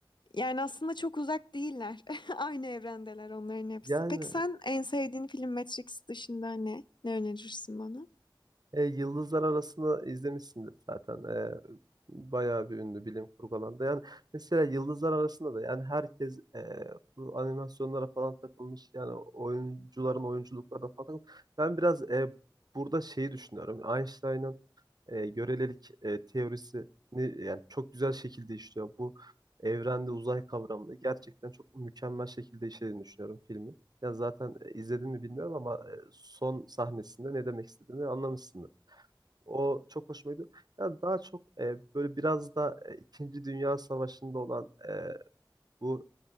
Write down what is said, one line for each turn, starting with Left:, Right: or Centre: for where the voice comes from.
Left: Yani aslında çok uzak değiller. <laughs> Aynı evrendeler onların hepsi.
Right: Yani
Left: Peki sen en sevdiğin film Matrix dışında ne? Ne önerirsin bana?
Right: e, Yıldızlar Arası'nı izlemişsindir zaten. E, bayağı bir ünlü bilim kurgu alanda. Yani mesela Yıldızlar Arası'nda da yani herkes e, bu animasyonlara falan takılmış. Yani oyuncuların oyunculuklarına falan takılmış. Ben biraz e, burada şeyi düşünüyorum. Einstein'ın e, görelilik e, teorisini yani çok güzel şekilde işliyor. Bu evrende uzay kavramını gerçekten çok mükemmel şekilde işlediğini düşünüyorum filmin. Yani zaten e, izledin mi bilmiyorum ama e, son sahnesinde ne demek istediğimi anlamışsındır. O çok hoşuma gidiyor. Yani daha çok e, böyle biraz da e, İkinci Dünya Savaşı'nda olan e, bu